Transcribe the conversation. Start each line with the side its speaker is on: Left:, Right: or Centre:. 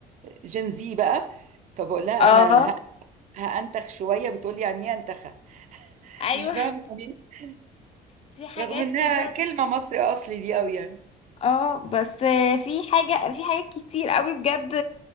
Right: جين زي بقى فبقول لها
Left: اه
Right: انا ه... هانتخ شويه بتقول لي يعني ايه انتخه <laughs>
Left: ايوه
Right: مش فاهمه
Left: <laughs>
Right: يعني إيه.
Left: في حاجات
Right: رغم انها
Left: كده
Right: كلمه مصري اصلي دي قوي يعني
Left: اه بس آه، في حاجة في حاجات كتير قوي بجد